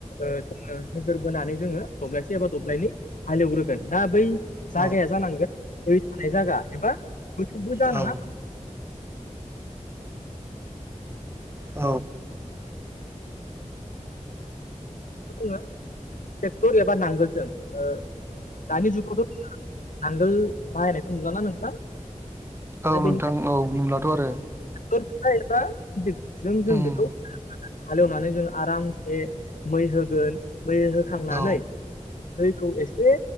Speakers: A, on the left (about 80°); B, on the right (about 20°).
A: ओ मा होनो नोजोर बोनानै जोङो दब्लायसे एबा दब्लायननै हालेवग्रोगोन दा बै
B: औ
A: जागाया जानांगोन दै थानाय जायगा एबा गोथौबो जानाङा
B: औ औ नोंथां औ नोंथां औ
A: <inaudible> <unintelligible> ट्रेक्टर एबा नांगोलजों ओ दानि जुगावथ नांगोल बाहायनायखौ नुलाना नोंथां।
B: औ
A: दा बेनिखायनो
B: नोंथां औ नुलाथ' आरो।
A: <unintelligible> जों
B: उम
A: बेखौ हालेवनानै जों आरामसे मै होगोन मै होखांनानै।
B: औ
A: दैखौ एसे